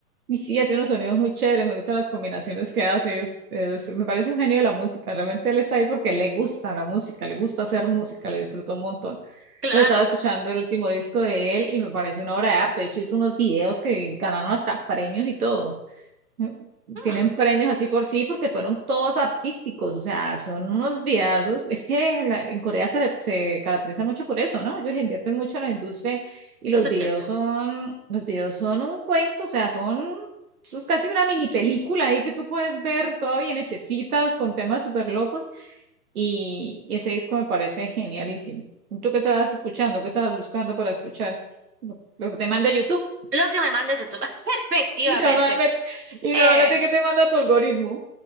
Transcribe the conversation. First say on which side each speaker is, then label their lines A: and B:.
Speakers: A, on the right; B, on the right.
A: Y sí, hace unos sonidos muy chéveres, me gustan las combinaciones que hace, es, es- me parece un genio de la música. Realmente él está ahí porque le gusta la música, le gusta hacer música, le disfruta un montón.
B: claro.
A: Entonces estaba escuchando el último disco de él y me parece una obra de arte. De hecho, hizo unos videos que ganaron hasta premios y todo mm,
B: Mm,
A: Tienen premios así por sí porque fueron todos artísticos, o sea, son unos videazos. Es que la- en Corea se, le- se caracteriza mucho por eso, ¿no? Ellos le invierten mucho a la industria y los
B: eso
A: videos
B: es cierto.
A: son, los videos son un cuento, o sea, son, eso es casi una mini película ahí que tú puedes ver toda bien hechecitas con temas súper locos y, y ese disco me parece genialísimo. ¿Y ¿Tú qué estabas escuchando? ¿Qué estabas buscando para escuchar? Lo, lo que te manda YouTube. <laughs>
B: Lo que me manda YouTube. <laughs> Efectivamente.
A: Y normalmente, y
B: Eh,
A: normalmente, ¿qué te manda tu algoritmo?